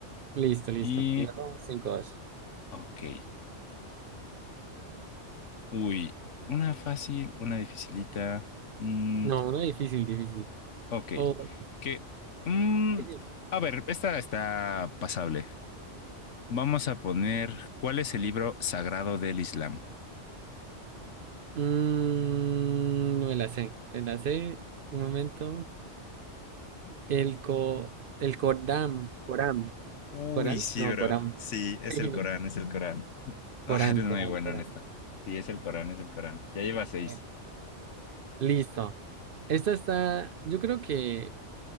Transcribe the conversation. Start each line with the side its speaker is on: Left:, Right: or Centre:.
Right: Listo, listo.
Left: Y,
Right: Y vamos 5-2.
Left: ok. Uy, una fácil, una dificilita. Mm,
Right: No, una difícil, difícil.
Left: ok.
Right: O,
Left: Que, mm,
Right: sí, sí.
Left: a ver, esta está pasable. Vamos a poner, ¿cuál es el libro sagrado del Islam?
Right: Mm, me la sé, me la sé. Un momento. El co, el cordam, coram,
Left: Uy,
Right: coral,
Left: sí,
Right: no,
Left: bro.
Right: coram.
Left: Sí, es
Right: <laughs>
Left: el Corán, es el Corán. Ah,
Right: Corán,
Left: eres
Right: Corán,
Left: muy bueno
Right: Corán.
Left: en esto. Sí, es el Corán, es el Corán. Ya lleva seis.
Right: Eh, Listo. Esta está, yo creo que